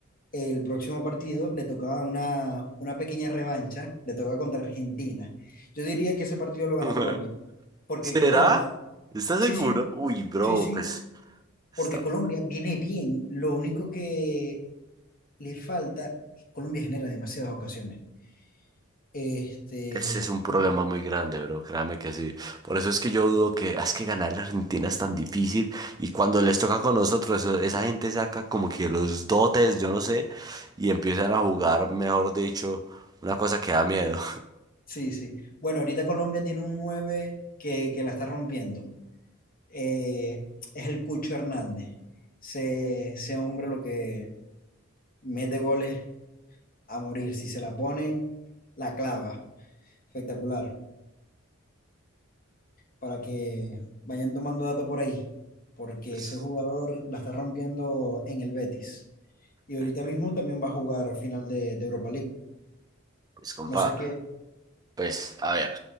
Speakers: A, on the left; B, on the right.
A: El próximo partido le toca una, una pequeña revancha, le toca contra Argentina. Yo diría que ese partido lo gana
B: <laughs>
A: Colombia, porque
B: ¿Será?
A: Colombia,
B: ¿Estás
A: sí,
B: seguro?
A: sí,
B: Uy, bro,
A: sí, sí,
B: pues está
A: porque Colombia
B: bien.
A: viene bien, lo único que le falta, Colombia genera demasiadas ocasiones. Este,
B: Ese es un problema muy grande, bro, créame que sí. Por eso es que yo dudo que "Ah, es que ganar la Argentina es tan difícil y cuando les toca con nosotros, eso- esa gente saca como que los dotes, yo no sé, y empiezan a jugar, mejor dicho, una cosa que da miedo.
A: sí, sí. Bueno, ahorita Colombia tiene un 9 que, que la está rompiendo. eh, es el Cucho Hernández. Ese, ese hombre lo que mete goles a morir. Si se la ponen, la clava. Espectacular. Para que vayan tomando datos por ahí. Porque
B: Pues,
A: ese jugador la está rompiendo en el Betis. Y ahorita
B: eh,
A: mismo también va a jugar final de, de Europa League.
B: pues, compa.
A: No sé qué.
B: Pues, a ver,